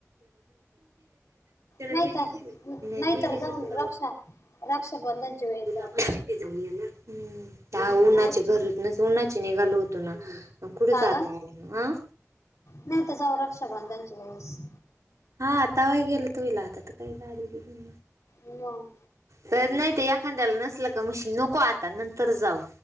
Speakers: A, on the left; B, on the right.
A: नाही
B: गेली
A: तर
B: <unintelligible> तु
A: नाहीतर जाऊन रक्षा रक्षाबंधनच्या वेळेस
B: म्ह
A: जाऊ
B: जाऊन ना हम्. त्या उन्हाच्या
A: ह
B: घरीच ना, उन्हाचे निघालो होतो ना. कुठे
A: का
B: जाता,
A: ग
B: आलं ना आं.
A: नाही तेजा, राव रक्षाबंधनच्या वेळेस.
B: हां आता व गेलंतो हिला, आतात काही गाडी बिडी.
A: मग.
B: तर नाही ते एखाद्याला नसल का, मशीन नको आता नंतर जाऊ.